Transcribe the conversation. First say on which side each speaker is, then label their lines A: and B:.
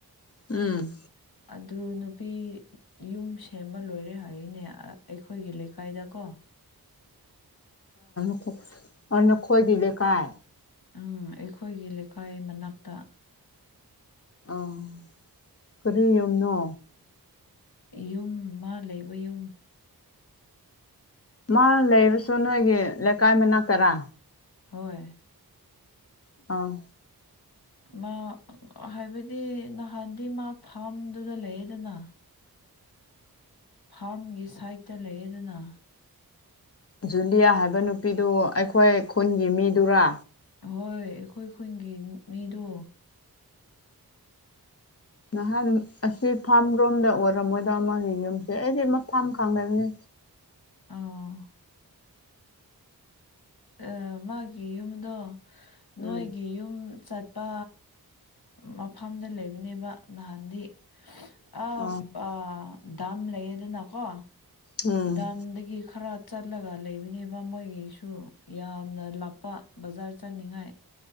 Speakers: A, on the left; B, on the left.
A: ꯎꯝ
B: ꯑꯗꯨ ꯅꯨꯄꯤ ꯌꯨꯝ ꯁꯦꯝꯕ ꯂꯣꯏꯔꯦ ꯍꯥꯏꯌꯦꯅꯦ ꯑꯩꯈꯣꯏꯒꯤ ꯂꯩꯀꯥꯏꯗꯀꯣ
A: <unintelligible> ꯅꯈꯣꯏꯒꯤ ꯂꯩꯀꯥꯏ
B: ꯎꯝ ꯑꯩꯈꯣꯏꯒꯤ ꯂꯩꯀꯥꯏ ꯃꯅꯥꯛꯇ
A: ꯑꯥ ꯀꯔꯤ ꯌꯨꯝꯅꯣ
B: ꯌꯨꯝ ꯃꯥ ꯂꯩꯕ ꯌꯨꯝ
A: ꯃꯥ ꯂꯩꯔꯁꯨ ꯅꯣꯏꯒꯤ ꯂꯩꯀꯥꯏ ꯃꯅꯥꯛꯇꯔꯥ
B: ꯍꯣꯏ
A: ꯑꯧ
B: ꯃꯥ ꯍꯥꯏꯕꯗꯤ ꯅꯍꯥꯟꯗꯤ ꯃꯥ ꯐꯝꯗꯨꯗ ꯂꯩꯌꯦꯗꯅ ꯐꯝꯒꯤ ꯁꯥꯏꯠꯇ ꯂꯩ ꯌꯦꯗꯅ
A: ꯖꯨꯂꯤꯌꯥ ꯍꯥꯏꯕ ꯅꯨꯄꯤꯗꯨ ꯑꯩꯈꯣꯏ ꯈꯨꯟꯒꯤ ꯃꯤꯗꯨꯔꯥ
B: ꯍꯣꯏ ꯑꯩꯈꯣꯏ ꯈꯨꯟꯒꯤ ꯃꯤꯗꯣ
A: ꯅꯍꯥꯟ ꯑꯁꯤ ꯐꯥꯝ ꯔꯣꯝꯗ ꯑꯣꯏꯔꯝꯃꯣꯏꯗ ꯃꯥꯒꯤ ꯌꯨꯝꯁꯦ ꯑꯩꯗꯤ ꯃꯐꯝ ꯈꯪꯗꯕꯅꯤ
B: ꯑꯥ ꯑꯥ ꯃꯥꯒꯤ ꯌꯨꯝꯗꯣ
A: ꯎꯝ
B: ꯅꯣꯏꯒꯤ ꯌꯨꯝ ꯆꯠꯄ ꯃꯐꯝꯗ ꯂꯩꯕꯅꯦꯕ ꯅꯍꯥꯟꯗꯤ ꯑꯥ
A: ꯑꯣ
B: ꯑꯥ ꯗꯥꯝ ꯂꯩꯌꯦꯗꯅꯀꯣ
A: ꯎꯝ
B: ꯗꯥꯝꯗꯒꯤ ꯈꯔ ꯆꯠꯂꯒ ꯂꯩꯕꯅꯦꯕ ꯃꯣꯏꯒꯤꯁꯨ ꯌꯥꯝꯅ ꯂꯥꯞꯄ ꯕꯖꯥꯔ ꯆꯠꯅꯤꯡꯉꯥꯏ